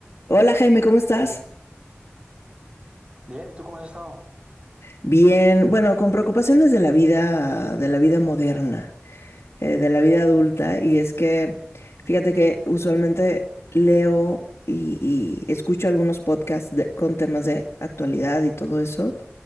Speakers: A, on the left; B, on the right.
A: Hola Jaime, ¿cómo estás?
B: Bien, ¿y tú cómo has estado?
A: Bien, bueno, con preocupaciones de la vida, de la vida moderna, eh, de la vida adulta, y es que, fíjate que usualmente leo y, y escucho algunos podcasts de- con temas de actualidad y todo eso,